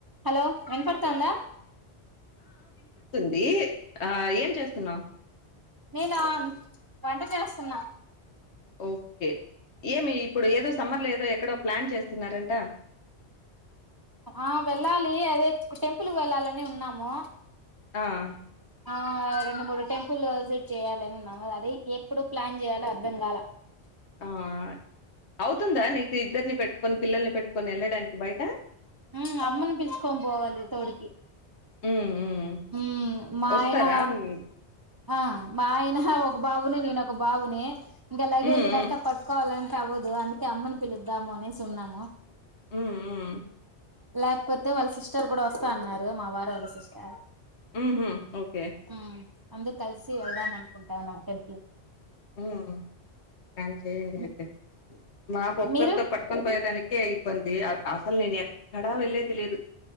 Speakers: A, on the right (about 35°); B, on the left (about 75°).
A: Hello! విన్పడుతందా?
B: ది ఆ ఏం చేస్తున్నావ్?
A: నేనా వంట చేస్తున్నా.
B: ఓకే ఏమీ ఇప్పుడు ఏదో సమ్మర్ లో ఏదో ఎక్కడో ప్లాన్ చేస్తున్నారంట.
A: ఆహ్ వెళ్ళాలి. అదే గు టెంపుల్కి వెళ్ళాలని ఉన్నాము.
B: ఆహ్
A: ఆహ్ రెండు మూడు టెంపుల్ విజిట్ చేయ్యాలని ఉన్నాము. అదే ఎప్పుడు ప్లాన్ చేయలో అర్ధం గాల
B: ఆహ్ అవుతుందా? నీకు ఇద్దరిని పెట్టుకొని, పిల్లల్ని పెట్టుకొని వెళ్ళడానికి బయట.
A: ఉహ్మ్ అమ్మను పిసుకొని పోవాలి. తోడికి
B: ఉమ్ ఉమ్
A: ఉహ్మ్ మా
B: వస్తారా
A: ఆయనా,
B: ఉమ్
A: ఆహ్ మా అయనా ఒక బాబునీ, నేనొక్ ఒక్ బాబునే ఇంగా లగేజ్
B: ఉమ్ ఉమ్
A: లాంటే పట్కోవాలనీ. టే అవ్వదు అందుకే అమ్మను పిలుద్దాము అనేసి ఉన్నాము.
B: ఉహ్ ఉహ్
A: లేకపోతే వాళ్ళ సిస్టర్ కూడా వస్తా అన్నారు. మా వారు వాళ్ళ సిస్టర్,
B: ఉహు ఓకే
A: ఉహ్ అందుర్ కలిసి వేల్దామనుకుట్ అవునా టెంపుల్
B: ఉహ్ హు ప్లన్ చెయ్యండి
A: కి.
B: అయితే. మాకు ఒక్కరితో
A: మీరు
B: పట్టుకోన్ పోయేదానిక్ కే ఇబ్బంది. అస్ అసలు నేను ఎక్కడా వెళ్లేది లేదు.